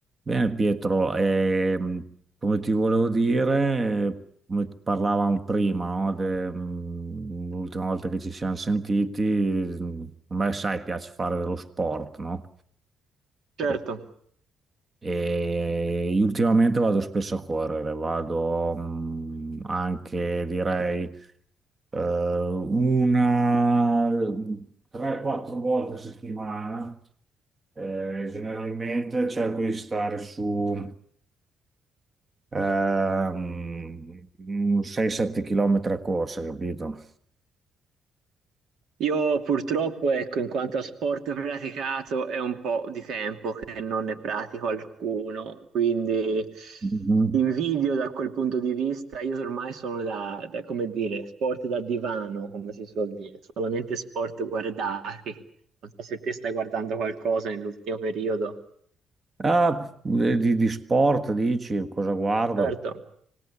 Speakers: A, on the right; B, on the right.
A: Bene Pietro, ehm, come ti volevo dire, eh, come parlavamo prima, no, de- mh, l'ultima volta che ci siamo sentiti, mh, a me sai piace fare dello sport, no?
B: Certo,
A: E, e io ultimamente vado spesso a correre, vado mh, anche direi eh, una 3-4 volte a settimana. Eh, generalmente cerco di stare su ehm, 6-7 km a corsa, capito?
B: io purtroppo, ecco, in quanto a sport praticato, è un po' di tempo che non ne pratico alcuno, quindi
A: Mhm.
B: invidio da quel punto di vista. Io ormai sono da, da, come dire, sport da divano, come si suol dire, solamente sport guardati. Non so se te stai guardando qualcosa nell'ultimo periodo.
A: Ah, eh, di, di sport dici, cosa guardo?
B: Certo,